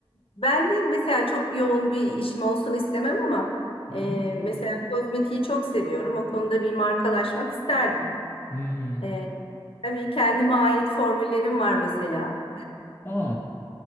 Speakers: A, on the left; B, on the left.
A: ben de mesela çok yoğun bir işim olsun istemem ama
B: Hı
A: e,
B: hı.
A: mesela kozmetiği çok seviyorum. O konuda bir markalaşmak isterdim.
B: Hmm.
A: E, tabii kendime ait formüllerim var mesela.
B: Aa.